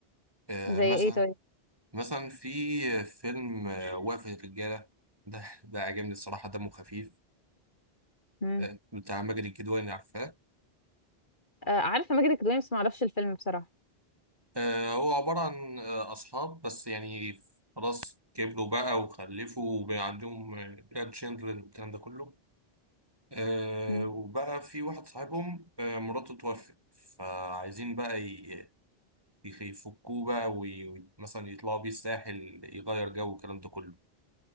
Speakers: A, on the right; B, on the left.
A: آه
B: زي
A: مثلا
B: ايه طيب
A: مثلا في فيلم آه وقفه الرجاله ده ده عجبني الصراحه دمه خفيف
B: مم.
A: آه بتاع ماجد الكدواني عارفاه
B: آه عارفه ماجد الكدواني بس ما اعرفش الفيلم بصراحه
A: آه هو عباره عن آه اصحاب بس يعني خلاص كبروا بقى وخلفوا وبقى عندهم جراند تشيلدرن والكلام ده كله آه
B: مم.
A: وبقى في واحد صاحبهم آه مراته توفت فعايزين بقى ي- يخ- يفكوه بقى ومثلا يطلعوا بيه الساحل يغير جو والكلام ده كله